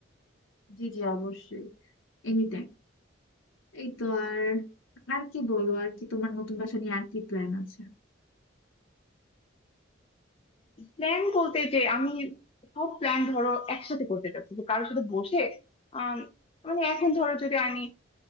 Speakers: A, on the left; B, on the left.
A: জি জি অবশ্যই এনিটাইম এই তো আর আর কি বলো আর কি তোমার নতুন বাসা নিয়ে আর কি প্ল্যান আছে
B: প্ল্যান বলতে যে আমি সব প্ল্যান ধরো একসাথে করতে চাচ্ছি যে কারোর সাথে বসে আম, মানে এখন ধরো যদি আমি